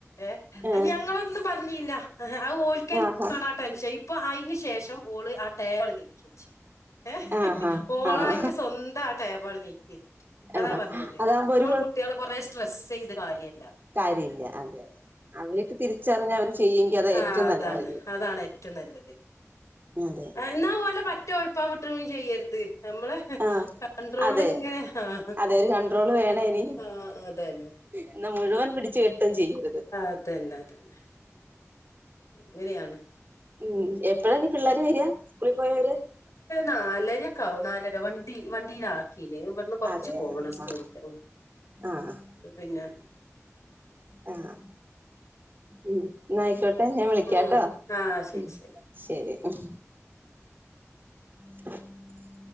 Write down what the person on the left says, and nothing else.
ഏഹ്
ഞങ്ങളൊന്നും പറഞ്ഞില്ല അത് ആഹ്
ടെൻഷൻ ഇപ്പൊ അയിന് ശേഷം ഓള് ആഹ് ടേബവിടെ നീക്കിവച്ച് ഏഹ്
ഓളായിട്ട്
സ്വന്താ ടേബാട നീക്കിവെച്ച് അതാ
പറഞ്ഞത്
നമ്മൾ
കുട്ടികള് കൊറെ സ്ട്രെസ്സ് ചെയ്ത് കാര്യവില്ല
ആഹ്
അതാണ്
അതാണ് ഏറ്റവും നല്ലത്
എന്നാ പോലെ പറ്റേ ഉഴുപ്പും വിട്ടയും ചെയ്യരുത് നമ്മള്
കൺട്രോളിൽ
ഇങ്ങനെ ആഹ്
അങ്ങട്ട്തന്നെ
അതന്നെ അതന്നെ ഇങ്ങനെയാണ്
നാലരയക്കാവും നാലര വണ്ടി വണ്ടിയില് ആക്കീന് ഇവിന്ന് കുറച്ച്
പോവണം സ്കൂൾക്ക്
പിന്നെ
ഉം ആ ശരി
ശരി